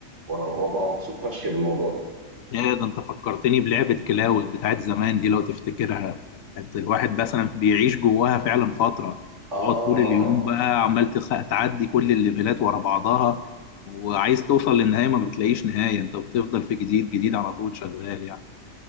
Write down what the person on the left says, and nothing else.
يا ده انت فكرتني بلعبة كلاود بتاعت زمان دي لو تفتكرها كانت الواحد مثلا بيعيش جواها فعلا فترة
تقعد طول اليوم بقى عمال تخ- تعدي كل الليفلات ورا بعضها وعايز توصل للنهاية ما بتلاقيش نهاية انت بتفضل في جديد جديد على طول شغال يعني